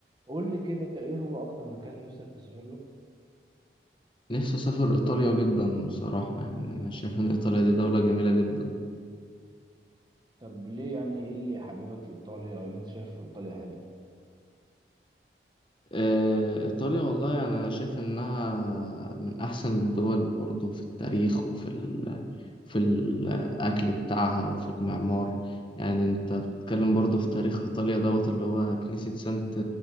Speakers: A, on the right; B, on the left.
A: قول لي كده ايه هو اكتر مكان نفسك تسافر له
B: نفسي أسافر إيطاليا جدا بصراحة يعني أنا شايف إن إيطاليا دي دولة جميلة جدا
A: طب ليه يعني ايه اللي حببك في ايطاليا او اللي انت شايفه في ايطاليا حلو
B: آه، إيطاليا والله يعني أنا شايف إنها من أحسن الدول برضه في التاريخ وفي ال في الأكل بتاعها وفي المعمار يعني أنت بتتكلم برضو في تاريخ إيطاليا دوت اللي هو كنيسة سانت